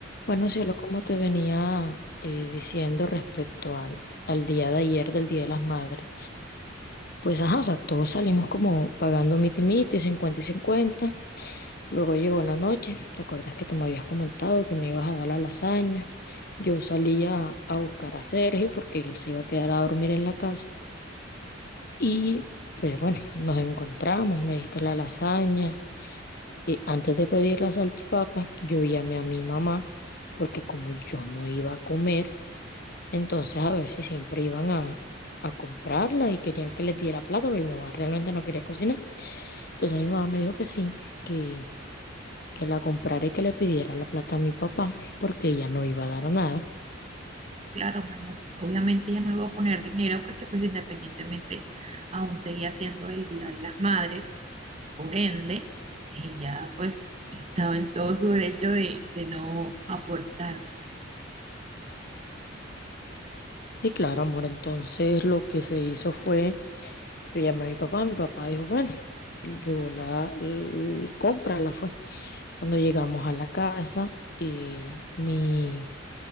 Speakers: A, on the left; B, on the right.
A: Bueno, cielo, como te venía eh, diciendo respecto al, al día de ayer, del Día de las Madres, pues ajá, o sea, todos salimos como pagando miti miti, 50 y cincuenta Luego llegó la noche, ¿te acuerdas que tú me habías comentado que me ibas a dar la lasaña? Yo salía a a buscar a Sergio porque él se iba a quedar a dormir en la casa. Y pues bueno, nos encontramos, me diste la lasaña. Y antes de pedir la salchipapa, yo llamé a mi mamá porque como yo no iba a comer, Entonces, a ver si siempre iban a, a comprarla y querían que les diera plata, pero mi mamá realmente no quería cocinar. Entonces mi mamá me dijo que sí, que, que la comprara y que le pidiera la plata a mi papá, porque ella no iba a dar nada.
B: Sí, claro, mi amor. Obviamente ya no iba a poner dinero porque pues independientemente aún seguía siendo el Día de las Madres, por ende, ella pues estaba en todo su derecho de, de no aportar.
A: Sí, claro, amor. Entonces lo que se hizo fue, yo llamé a mi papá, mi papá dijo, bueno, yo la, l- compra la fue. Cuando llegamos a la casa, eh, mi,